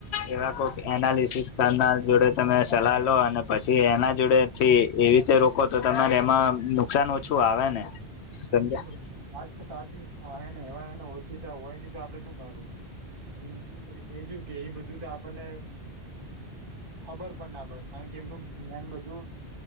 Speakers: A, on the left; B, on the right.
A: એવા કોઈક એનાલિસિસ તા ના જોડે તમે સલાહ લો અને પછી એના જોડેથી એવી રીતે રોકો તો તમારે એમાં નુકસાન ઓછું આવે ને
B: હમ
A: સમજ્યા
B: વાત સાચીને હને એવાને ઓળખીતા હોય ની તો આપડે શું કરવું અને બીજું કે એ બધું તો આપણને
A: <inaudible>
B: ખબર પણ ના પડે કારણ કે એમનું જ્ઞાન બધું